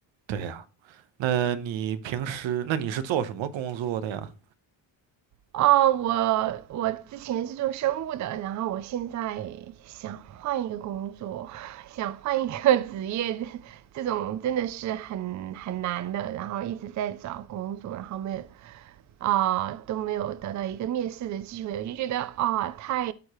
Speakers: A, on the right (about 85°); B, on the right (about 40°).
A: 对呀。那你平时，那你是做什么工作的呀？
B: 哦，我我之前是做生物的，然后我现在想换一个工作，<laughs> 想换一个职业，这这种真的是很很难的。然后一直在找工作，然后没有啊、呃都没有得到一个面试的机会，我就觉得啊、哦太